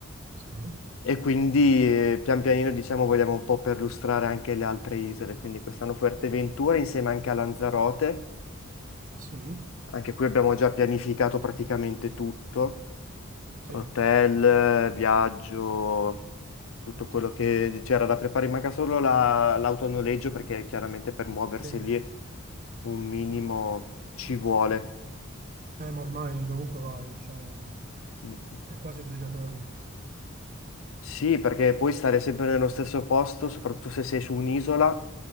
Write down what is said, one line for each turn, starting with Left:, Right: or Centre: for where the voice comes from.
Right: sì,
Left: e quindi eh, pian pianino diciamo vogliamo un po' perlustrare anche le altre isole, quindi quest'anno Fuerteventura insieme anche a Lanzarote
Right: sì,
Left: Anche qui abbiamo già pianificato praticamente tutto,
Right: sì,
Left: hotel, viaggio, tutto
Right: ok.
Left: quello che c'era da preparare, manca solo la- l'auto a noleggio perché chiaramente per muoversi
Right: Sì. Eh,
Left: lì un minimo ci vuole.
Right: ma ormai dovunque vai, diciamo,
Left: Mm. mm.
Right: è quasi obbligatorio.
Left: Sì, perché poi stare sempre nello stesso posto, soprattutto se sei su un'isola,